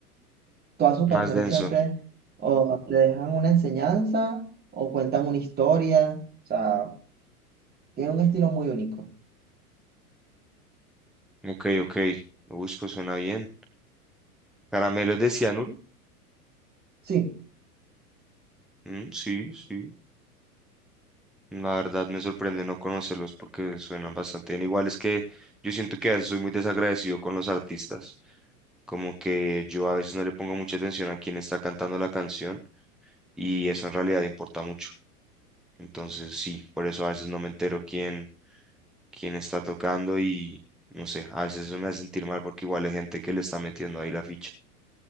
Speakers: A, on the right (about 20°); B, in the centre.
A: todas sus
B: Más
A: canciones
B: denso.
A: siempre o te dejan una enseñanza o cuentan una historia, o sea, tiene un estilo muy único.
B: Ok, ok. Uy, pues suena bien. Caramelos de cianuro.
A: Sí.
B: Mm, sí, sí. La verdad me sorprende no conocerlos porque suenan bastante bien. Igual es que yo siento que a veces soy muy desagradecido con los artistas. Como que yo a veces no le pongo mucha atención a quién está cantando la canción y eso en realidad importa mucho. Entonces sí, por eso a veces no me entero quién, quién está tocando y no sé, a veces eso me hace sentir mal porque igual hay gente que le está metiendo ahí la ficha.